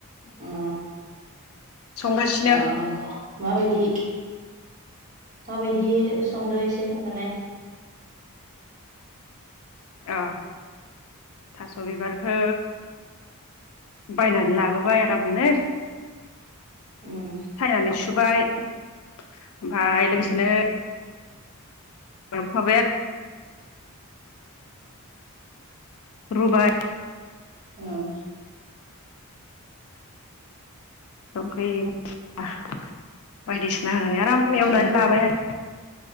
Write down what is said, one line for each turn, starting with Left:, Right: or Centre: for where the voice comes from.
Right: उम
Left: संगासिनो
Right: उम माबायदि माबायदि संदो एसे खोन्थानाय
Left: अ थास' बिबारखौ बायनानै लाबोबाय आरामनो
Right: उम
Left: सायनानै सुबाय ओमफ्राय लोगोसेनो
Right: उम
Left: खालामफाबाय आरो रबाय
Right: उम
Left: संख्रि मस्ला बायदिसिना होनानै आराम एवनानै
Right: ओ
Left: लाबाय आरो